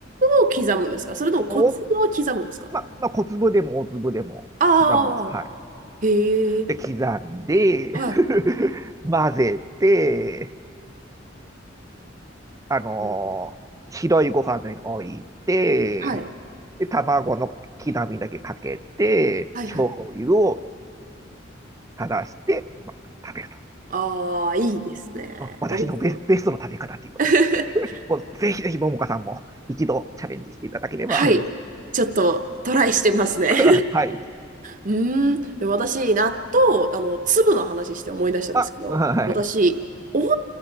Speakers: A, on the right; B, on the right.
A: を刻むんですかそれとも小粒を刻むんですか
B: お、ま、まあ、小粒でも大粒でも刻むんです。
A: ああ
B: はい。
A: ー、へえ、
B: で、刻んで
A: はい。
B: <laughs> 混ぜて、あのー白いご飯の上に置いて、
A: うんはい。
B: で、卵の刻みだけかけて、
A: はいはい。
B: 醤油を垂らして、ま、食べると。
A: ああ、いいですね。
B: あ、私のベ、
A: 美味しそう。
B: ベストの食べ方っていうことで。
A: <laughs>
B: こうぜひぜひ、ももかさんも一度チャレンジしていただければ嬉しい。
A: はい。ちょっとトライしてますね。
B: <laughs> はい。
A: うーん。でも私、納豆、あの、粒の話して思い出したんですけど、
B: あ、はい。
A: 私、大粒